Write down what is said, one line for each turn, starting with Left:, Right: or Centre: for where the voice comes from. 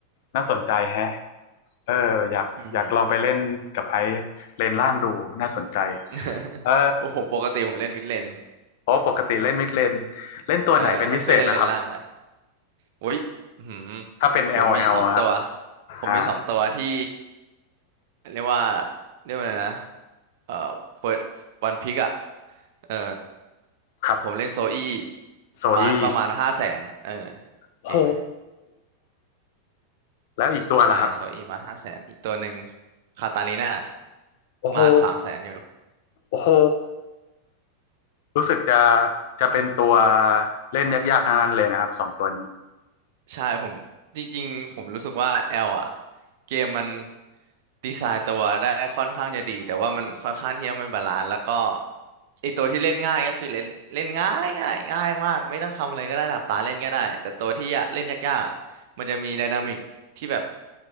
Left: น่าสนใจแฮะเอออยากอยากลองไปเล่นกับไอซ์เลนล่างดูน่าสนใจ
Right: อืมฮึ <laughs>
Left: เออ
Right: ว่า <laughs> ผมปกติผมเล่นมิดเลน
Left: โอ้ปกติเล่นมิดเลนเล่นตัวไหนเป็นพิเศษไหมครับ
Right: เออให้เพื่อนเล่นเลนล่างไป อุ้ยอื้อหือ
Left: ถ้าเป็น LL
Right: ผมมีสองตัว
Left: อลแอลอะครับ
Right: ผมมีสองตัวที่
Left: อ่า
Right: เรียกว่าเรียกว่าอะไรนะเอ่อเฟิร์วันพิกอ่ะ เออ
Left: ครับ
Right: ผมเล่นโซอี้
Left: โซอี้
Right: มาร์ทประมาณห้าแสนเออ
Left: โห
Right: เก่งไหม
Left: แล้วอีกตัวล่ะครับ
Right: ใช่ โซอี้มาร์ทห้าแสนอีกตัวหนึ่งคาตาลิน่า
Left: โอ้โห
Right: มาร์ทสามแสนอยู่
Left: โอ้โห รู้สึกจะจะเป็นตัวเล่นยากๆทั้งนั้นเลยนะครับสองตัวนี้
Right: ใช่ผมจริงๆผมรู้สึกว่าแอลอ่ะเกมมันดีไซน์ตัวได้ค่อนข้างจะดีแต่ว่ามันค่อนข้างที่จะไม่บาลานซ์แล้วก็ไอตัวที่เล่นง่ายก็คือเล่นเล่นง่ายง่ายง่ายมากไม่ต้องทำอะไรก็ได้หลับตาเล่นก็ได้แต่ตัวที่ยะเล่นยากๆอะมันจะมีไดนามิกที่แบบ